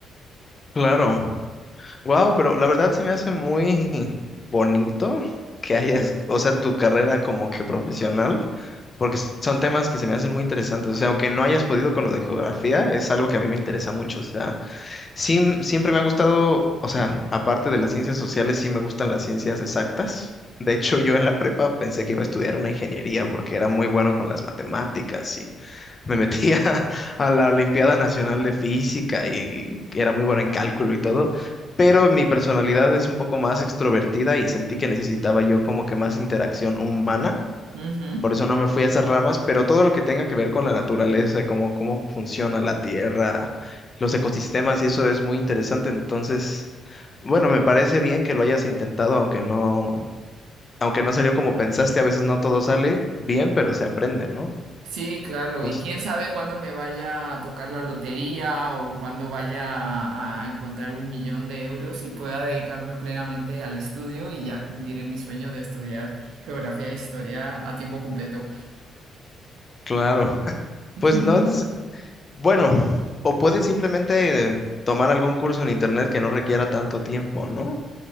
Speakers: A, on the left; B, on the right.
A: claro. Wow, pero la verdad se me hace muy bonito que hayas, o sea, tu carrera como que profesional, porque s- son temas que se me hacen muy interesantes. O sea, aunque no hayas podido con lo de geografía, es algo que a mí me interesa mucho. O sea, sí, m- siempre me ha gustado, o sea, aparte de las ciencias sociales, sí me gustan las ciencias exactas. De hecho, yo en la prepa pensé que iba a estudiar una ingeniería porque era muy bueno con las matemáticas me metí <laughs> a, a la Olimpiada Nacional de Física y, y era muy bueno en cálculo y todo, pero mi personalidad es un poco más extrovertida y sentí que necesitaba yo como que más interacción humana.
B: Ujú, ujú.
A: Por eso no me fui a esas ramas, pero todo lo que tenga que ver con la naturaleza, como cómo funciona la tierra, los ecosistemas, y eso es muy interesante. Entonces, bueno, me parece bien que lo hayas intentado, aunque no, aunque no salió como pensaste, a veces no todo sale bien, pero se aprende, ¿no?
B: Sí, claro, y
A: No
B: quién
A: sé.
B: sabe cuándo me vaya a tocar la lotería o cuándo vaya a encontrar un millón de euros y pueda dedicarme plenamente al estudio y ya cumpliré mi sueño de estudiar geografía e historia a tiempo completo.
A: Claro. <laughs>
B: <laughs>
A: Pues no, Bueno, o puedes simplemente tomar algún curso en internet que no requiera tanto tiempo, ¿no?